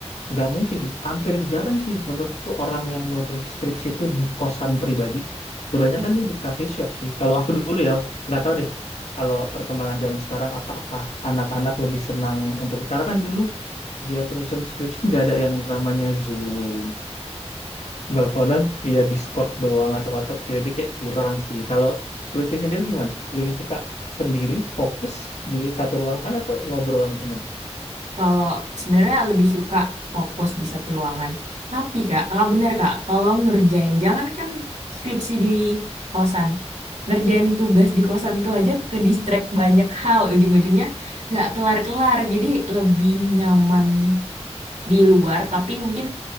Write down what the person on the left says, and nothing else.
nggak mungkin hampir jarang sih menurutku orang yang nulis skripsi itu di kosan pribadi kebanyakan
dia di cafe shop sih kalau aku dulu ya nggak tahu deh kalau perkembangan zaman sekarang apakah anak-anak lebih senang untuk karena kan dulu dia aku nyusun skripsi nggak ada yang namanya Zoom nelponan via Discord doang atau WhatsApp jadi kayak kurang sih kalau Lutfi sendiri gimana lebih suka sendiri fokus di satu ruangan atau ngobrol sama temen